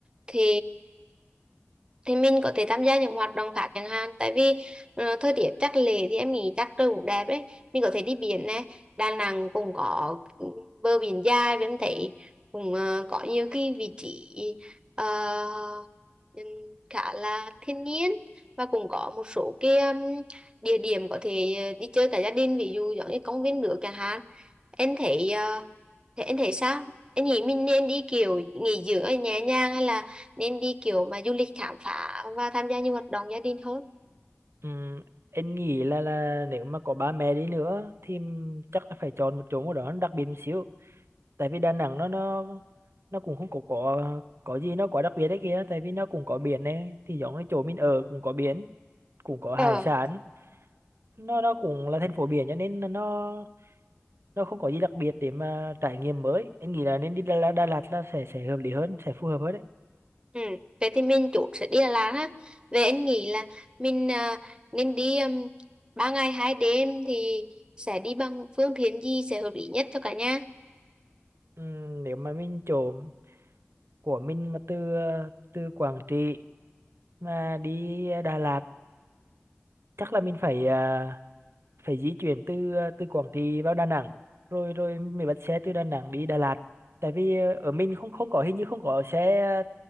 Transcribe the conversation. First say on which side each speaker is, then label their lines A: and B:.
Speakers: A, on the right (about 20°); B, on the right (about 65°).
A: Thì thì mình có thể tham gia những hoạt động khác chẳng hạn tại vì ờ, thời tiết chắc lệ thì em nghĩ chắc trời cũng đẹp đấy mình có thể đi biển này Đà Nẵng cũng có ừ, bờ biển dài và em thấy cũng ờ, có nhiều cái vị trí ờ, ừm, khá là thiên nhiên và cũng có một số cái ừm, địa điểm có thể ờ, đi chơi cả gia đình ví dụ giống như công viên nước chẳng hạn em thấy ờ, Thế anh thấy sao? Anh nghĩ mình nên đi kiểu nghỉ dưỡng ở nhà nhàng hay là nên đi kiểu mà du lịch khám phá và tham gia nhiều hoạt động gia đình hơn?
B: Ừm, em nghĩ là là nếu mà có ba mẹ đi nữa thì chắc là phải chọn một chỗ nào đó nó đặc biệt một xíu tại vì Đà Nẵng nó nó nó cũng không có có có gì nó quá đặc biệt đấy kia tại vì nó cũng có biển này thì giống như chỗ mình ở cũng có biển cũng có hải
A: Ờ,
B: sản nó nó cũng là thành phố biển cho nên là nó nó không có gì đặc biệt để mà trải nghiệm mới anh nghĩ là nên đi Đà Lạt, Đà Lạt là sẽ sẽ hợp lý hơn sẽ phù hợp hơn đấy
A: ừ. Vậy thì mình chốt sẽ đi Đà Lạt ha. Vậy anh nghĩ là mình à, nên đi um, 3 ngày 2 đêm thì sẽ đi bằng phương tiện gì sẽ hợp lý nhất cho cả nhà?
B: Ừm, nếu mà mình chỗ của mình mà từ ờ, từ Quảng Trị mà đi ờ, Đà Lạt chắc là mình phải à, phải di chuyển từ ờ, từ Quảng Trị vào Đà Nẵng rồi rồi mình bắt xe từ Đà Nẵng đi Đà Lạt tại vì ờ, ở mình không không có hình như không có xe ờ,